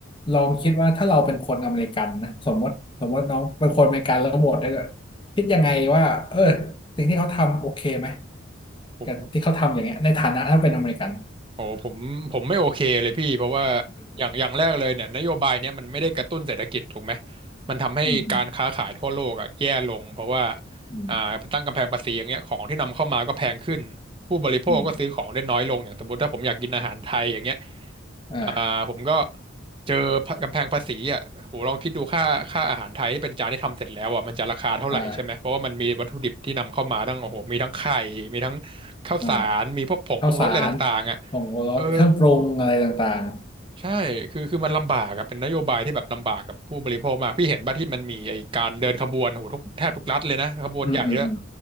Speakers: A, on the left; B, on the right.
A: ลองคิดว่าถ้าเราเป็นคนอเมริกันนะสมมติสมมติน้องเป็นคนอเมริกันแล้วโหวตได้ด้วยคิดยังไงว่าเออสิ่งที่เขาทำโอเคไหม
B: ผม
A: กับที่เขาทำอย่างเงี้ยในฐานะถ้าเป็นอเมริกัน
B: โอ้ผมผมไม่โอเคเลยพี่เพราะว่าอย่างอย่างแรกเลยเนี่ยนโยบายเนี้ยมันไม่ได้กระตุ้นเศรษฐกิจถูกไหมมันทำให้การค้าขายทั่วโลกอ่ะแย่ลงเพราะว่า
A: <laughs> อืม <laughs> อืม
B: อ่าไปตั้งกำแพงภาษีอย่างเงี้ยของที่นำเข้ามาก็แพงขึ้นผู้บริโภคก็ซื้อของได้น้อยลงอย่างสมมติถ้าผมอยากกินอาหารไทยอย่างเงี้ย
A: อืมอ่า
B: อ่าผมก็เจอกำแพงภาษีอ่ะโหลองคิดดูค่าค่าอาหารไทยที่เป็นจานที่ทำเสร็จแล้วอ่ะมันจะราคาเท่าไหร่ใช่ไหมเพราะว่ามันมีวัตถุดิบที่นำเข้ามาตั้งโอ้โหมีทั้งไข่มีทั้ง
A: อ่า
B: ข้าวสารมีพวกผงปรุงรสอะไรต่างๆอ่ะ
A: อ่าข้าวสารผงชูรสเครื่องปรุงอะไรต่าง
B: เออใช่คือคือมันลำบากอะเป็นนโยบายที่แบบลำบากกับผู้บริโภคมากพี่เห็นป่ะที่มันมีไอ้การเดินขบวนโหทุกแทบทุกรัฐเลยนะขบวนใหญ่ด้วย
A: ๆอืมอืมอืม